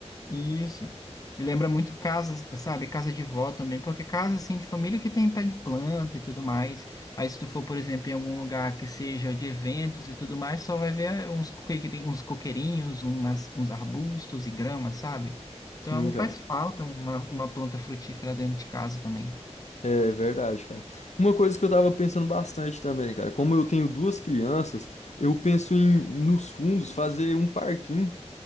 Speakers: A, on the left; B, on the left.
A: Isso. E lembra muito casa, sabe? Casa de vó também, porque casa assim de família que tem pé de planta e tudo mais. Aí se tu for, por exemplo, em algum lugar que seja de eventos e tudo mais, só vai ver uns coqueirinhos, uns coqueirinhos, umas, uns arbustos e grama, sabe?
B: Sim,
A: Então
B: cara.
A: faz falta uma, uma planta frutífera dentro de casa também.
B: É verdade, cara. Uma coisa que eu tava pensando bastante também, cara, como eu tenho duas crianças, eu penso em nos fundos fazer um parquinho